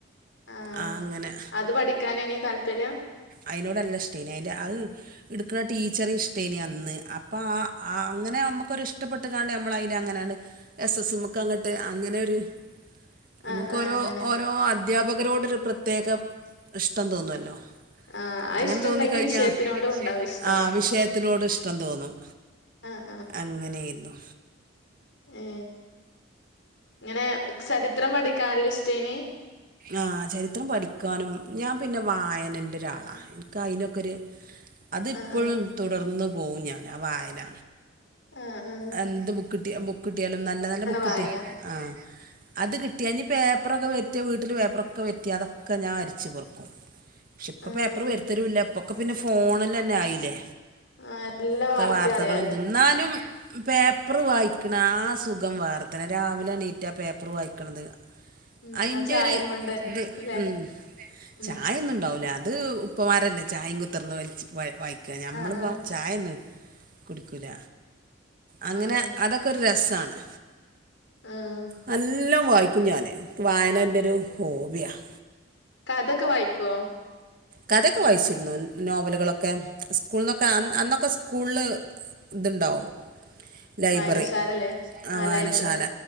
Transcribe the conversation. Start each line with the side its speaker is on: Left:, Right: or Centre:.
Left: ആഹ്
Right: ആ അങ്ങനെ
Left: അത് പഠിക്കാനേനി താല്പര്യം.
Right: അയിനോടല്ല ഇഷ്ടേനി അയിൻ്റെ അവ്വ് എടുക്കണ ടീച്ചർ ഇഷ്ടേനി അന്ന് അപ്പം ആ. ആഹ് അങ്ങനെ ഞമുക്കൊരു ഇഷ്ടപ്പെട്ട് കാണ്ട് ഞമ്മളയിന അങ്ങനാണ്ട് എസ് എസ് മുക്ക് അങ്ങട്ട് അങ്ങനെ ഒരു നമുക്ക്
Left: ആഹ് ആഹ്
Right: ഓരോ
Left: അങ്ങനെ
Right: ഓരോ അദ്ധ്യാപകരോട് ഒരു പ്രത്യേകം ഇഷ്ടം തോന്നുവല്ലോ.
Left: ആഹ് ആ
Right: അങ്ങനെ
Left: ഇഷ്ടണ്ടെങ്കി
Right: തോന്നിക്കഴിഞ്ഞ
Left: വിഷയത്തിനോടും
Right: വിഷേയത്തിനോട്
Left: ഉണ്ടാവും ഇഷ്ടം
Right: ആഹ് വിഷേത്തിനോട് ഇഷ് ഇഷ്ടം തോന്നും
Left: ആഹ്
Right: അങ്ങനെയേരുന്നു.
Left: ഏ ഇങ്ങനെ ചരിത്രം പഠിക്കാല് ഇഷ്ടൈനി.
Right: ആ ചരിത്രം പഠിക്കാനും ഞാൻ പിന്നെ വായനന്റെ ഒരാളാ എനിക്ക് അതിനൊക്കെ ഒരു അതിപ്പോഴും
Left: ആഹ് ആഹ്
Right: തുടർന്ന് പോവും ഞാൻ ആ വായന.
Left: ആഹ് ആ
Right: എന്ത് ബുക്ക്ട്ടി ബുക്ക് കിട്ടിയാലും നല്ല നല്ല ബുക്ക്
Left: വായന
Right: കിട്ടി ആഹ് അത് കിട്ടിയാ അനി പേപ്പറൊക്കെ വര്തിയ വീട്ടിൽ പേപ്പറൊക്കെ വര്തി അതൊക്കെ ഞാൻ അരിച്ച് പെറ്ക്കും. പക്ഷെ ഇപ്പൊ
Left: ആഹ്
Right: പേപ്പർ വരുത്തലൂല്ല ഇപ്പൊക്കെ പിന്നെ ഫോണല് തന്നെ ആയില്ലേ
Left: ആഹ് എല്ലാ
Right: ഒക്കെ
Left: വാർത്തയും
Right: വാർത്തകളുണ്ട്
Left: അറിയാലോ
Right: എന്നാലും പേപ്പറ് വായിക്കണ ആ സുഖം വേറത്തന്നാ രാവിലെ എണീറ്റ് ആ പേപ്പർ വായിക്കണത്.
Left: ഉം
Right: അതിന്റെ
Left: ആ ചായയും
Right: ഒരു
Left: കൊണ്ട്
Right: ഇത്
Left: അല്ലെ
Right: ഉം
Left: ഉം
Right: ചായ ഒന്നുംണ്ടാവ്ലല അത്. ഉപ്പമാരല്ലേ ചായയും കുത്തിർന്ന് വലിച്ച് വായിക്കുക ഞമ്മളിപ്പം
Left: ആഹ് ആഹ്
Right: ചായ ഒന്നും കുടിക്കൂല. അങ്ങനെ
Left: ആഹ്
Right: അതൊക്കെ ഒരു രസാണ്.
Left: ആഹ്
Right: നല്ലാം വായിക്കും ഞാൻ വായന എൻ്റെ ഒരു ഹോബിയാണ്.
Left: കഥക്കെ വായിക്കോ?
Right: കഥയൊക്കെ വായിച്ചിരുന്നു നോവലുകളൊക്കെ സ്കൂള് നിന്നൊക്കെ അന്നൊക്കെ. സ്കൂള്ൽ ഇത്ണ്ടാവും. ലൈബ്രറി
Left: വായനശാലല്ലേ
Right: ആ
Left: ആഹ്
Right: വായനശാല
Left: ലൈബ്രറി